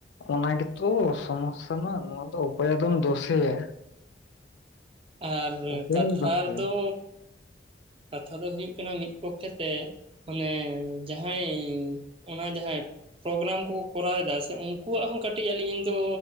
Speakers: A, on the left (about 75°); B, on the right (about 30°).
A: ᱚᱱᱟ ᱜᱮᱛᱚ ᱥᱚᱢᱚᱥᱥᱟ ᱢᱟ ᱱᱚᱣᱟ ᱫᱚ ᱚᱠᱚᱭᱫᱚᱢ ᱫᱳᱥᱮᱭᱟ ᱾
B: ᱟᱨ
A: ᱚᱠᱚᱭᱮᱢ
B: ᱠᱟᱛᱷᱟ
A: ᱫᱳᱥᱮᱭᱟ
B: ᱨᱮᱫᱚ ᱠᱟᱛᱷᱟ ᱫᱚ ᱦᱩᱭᱩᱜ ᱠᱟᱱᱟ ᱢᱤᱫ ᱯᱚᱠᱠᱷᱮ ᱛᱮ ᱢᱟᱱᱮ ᱡᱟᱦᱟᱭ ᱚᱱᱟ ᱡᱟᱦᱟᱭ ᱯᱨᱳᱜᱨᱟᱢ ᱠᱚᱠᱚ ᱠᱚᱨᱟᱣ ᱮᱫᱟ ᱥᱮ ᱩᱱᱠᱩᱣᱟᱜ ᱦᱚᱸ ᱠᱟᱹᱴᱤᱡ ᱟᱹᱞᱤᱧ ᱫᱚ